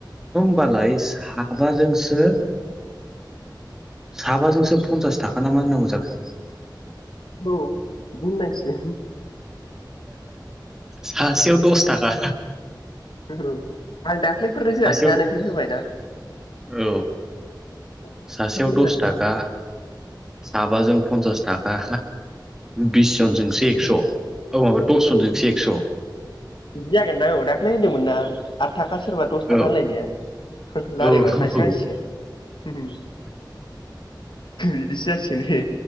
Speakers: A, in the centre; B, on the left.
A: होमबालाय साबाजोंसो। साबाजोंसो पनसास थाखा ना मा होननांगौ जाखो।
B: औ बुंनायसै।
A: सासेयाव दस थाखा।
B: <unintelligible> आं दाख्लैफोरनो होआसैना
A: सासेयाव
B: नोंसोर होबायना।
A: औ।
B: दाख्लैफोर
A: सासेयाव दस
B: होआसै
A: थाखा
B: आं
A: साबाजों पन्सास थाखा। बिस जनजोंसो
B: बिदि
A: एकस' औ माबा दसजनजोंसो
B: औ बिदि
A: एक्स'।
B: बिदि जागोनदां औ दाखा्लै होनदोंमोन ना आद थाखा सोरबा। दस थाखा
A: औ
B: होनलायनाया
A: औ
B: रालायबा सासे मानसिजों। बिदिसो जासिगोन बे।